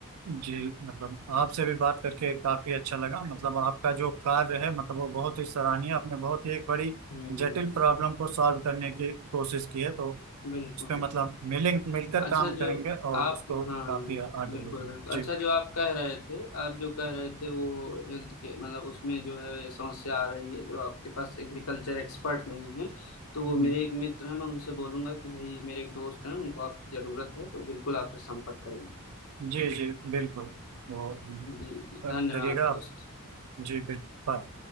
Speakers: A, on the right; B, on the left.
A: जी मतलब आपसे भी बात करके काफी अच्छा लगा मतलब आपका जो कार्य है मतलब वो बहुत ही सराहनीय आपने बहुत ही एक बड़ी
B: हम्म,
A: जटिल प्रॉब्लम को सॉल्व करने की कोशिश की है तो
B: बिल्कुल
A: उस पे मतलब मिलें मिलकर
B: अच्छा
A: काम
B: जो
A: करेंगे और
B: आप
A: उसको
B: हाँ
A: काफी आगे
B: बिल्कुल
A: ले जाएंगे
B: बिल्कुल
A: जी
B: अच्छा जो आप कह रहे थे आप जो कह रहे थे वो हेल्थ के मतलब उसमें जो है समस्या आ रही है जो आपके पास एग्रीकल्चर एक्सपर्ट नहीं है तो वो
A: हम्म,
B: मेरे एक मित्र हैं मैं उनसे बोलूंगा कि भाई मेरे एक दोस्त हैं उनको आपकी जरूरत है तो बिल्कुल आपसे संपर्क करेंगे
A: जी जी बिल्कुल तो
B: जी जी
A: अ,
B: धन्यवाद
A: करिएगा आप
B: दोस्त
A: जी बिल्कुल बाय।